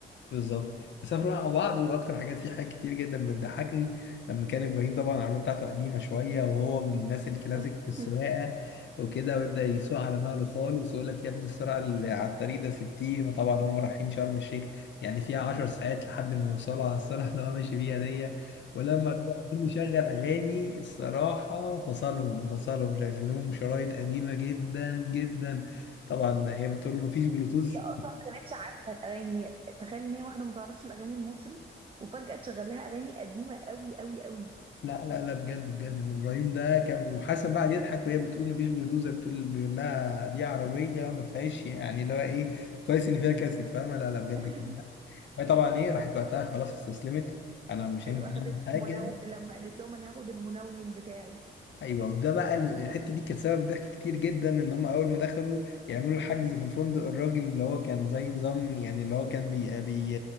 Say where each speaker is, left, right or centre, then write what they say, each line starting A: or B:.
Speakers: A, on the left (about 60°); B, on the right (about 25°).
A: بالظبط بيسافروا بقى مع بعض واكتر حاجات في حاجات كتير جدا بتضحكني لما كان ابراهيم طبعا العربيه بتاعته قديمه شويه وهو من الناس الكلاسيك
B: <laughs>
A: في السواقه وكده ويبدا يسوق على مهله خالص يقول لك يا ابني السرعه اللي على الطريق ده 60 وطبعا هم رايحين شرم الشيخ يعني فيها 10 ساعات لحد ما يوصلوا على السرعه اللي هو ماشي بيها دي ولما بيبقوا عايزين يشغل اغاني الصراحه فصلهم فصلهم شغل لهم شرايط قديمه جدا جدا طبعا هي بتقول له مفيش بلوتوث
B: هي اصلا ما كانتش عارفة الاغاني هي تخيل ان هي واحدة ما تعرفش الاغاني المصري وفجأة تشغل لها اغاني قديمة قوي قوي قوي
A: لا لا لا بجد بجد ابراهيم ده كان وحسن بقى يضحك وهي بتقول مفيش بلوتوث زي بتقول بيقول لها دي عربيه ما فيهاش يعني اللي هو ايه كويس ان فيها كاسيت فاهمه لا لا بجد
B: <laughs>
A: كان ضحك. وهي طبعا ايه راحت وقتها خلاص استسلمت انا مش
B: ايوه
A: هينفع
B: اخدت
A: اعمل حاجه
B: منو لما قالت لهم انا هاخد المنويم بتاعي
A: ايوه وده بقى ال- الحته دي كانت سبب ضحك كتير جدا ان هم اول ما دخلوا يعملوا الحجز في الفندق الراجل اللي هو كان زي نظام يعني اللي هو كان بي, بي